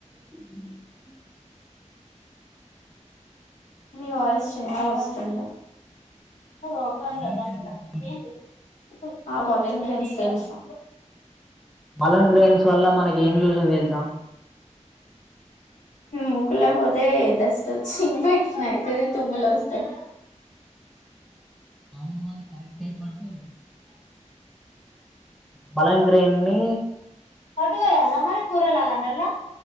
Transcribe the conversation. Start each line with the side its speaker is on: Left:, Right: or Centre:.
Centre: <unintelligible>
Left: మీ వాయిస్ చిన్నగోస్తుంది <inaudible>
Centre: పాలన్ గ్రైన్స్ తెలుసా
Left: ఆ బలేం ఫ్రెండ్ తెలుసు
Centre: మలన్ ఫ్రెండ్స్ వల్ల మనకి ఏం యూజ్ ఉంది తెలుసా
Left: ముకులా పోతే డస్ట్ వచ్చి ఇన్ఫెక్షన్ అయితది తుమ్ములో వస్తాయి.
Centre: అవును అది కరెక్టే బట్ పలంగ్రేన్ని
Left: ఓటుగాకోయల్న మరి కూరలాగండల్నా